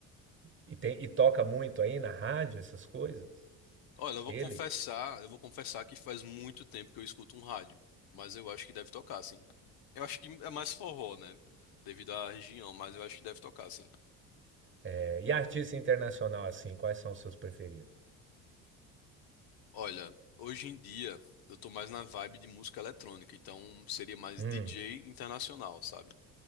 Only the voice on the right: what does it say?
E, tem, e toca muito aí na rádio essas coisas?
Ele?
É, e artista internacional, assim, quais são os seus preferidos?
Hum,